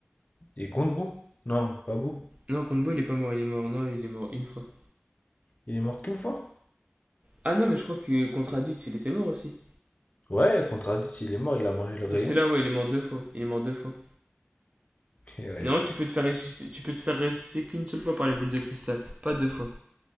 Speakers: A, on the left; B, on the right.
A: Et contre Boo. Non, pas Boo.
B: Non, contre Boo, il est pas mort, il est mort. Non, il est mort une fois.
A: Il est mort qu'une fois?
B: Ah non, mais je crois que contre Raditz, il était mort aussi.
A: Ouais, contre Raditz, il est mort, il a mangé le rayon.
B: Donc c'est là, ouais, il est mort deux fois. Il est mort deux fois.
A: <laughs> Et wesh.
B: Non, tu peux te faire ressusciter, tu peux te faire ressusciter qu'une seule fois par les boules de cristal. Pas deux fois.